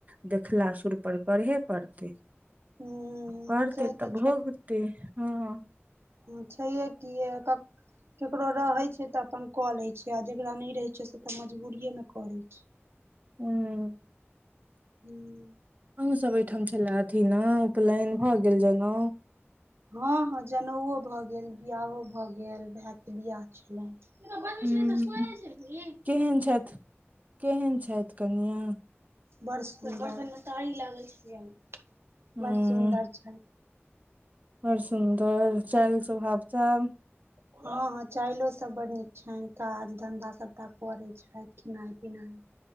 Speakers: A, on the right (about 35°); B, on the right (about 65°).
A: देखला सुर पर करहे पड़तै
B: हूँ
A: परतें
B: से
A: तब
B: तऽ
A: भोगतै हँ
B: अच्छा य की य क केकरो रहैत छै तऽ अपन कऽ लैत छै आ जेकरा नहि रहै छै से तऽ मजबूरिएमे करैत छय
A: हूँ
B: हूँ
A: हमह सब ओहिठाम छल अथि ने उपनयन भए गेल जनउ
B: हँ हँ जनेउओ भऽ गेल बिआहो भए गेल भाय के बिआह छलनि बाजय
A: उंम्म
B: छीय त सुनै नाहि छ‌इ कि
A: केहन छथ केहन छथ कनिया
B: बड़ सुंदर बर्तन में कारी लागल छ
A: हूँ
B: बड़ सुन्दर छै
A: बड़ सुन्दर चाल स्वभाव सब
B: <inaudible> हँ हँ चाललो सब बड नीक छनि काज धन्धा सबटा करैत छथि खेनाइ पिनाइ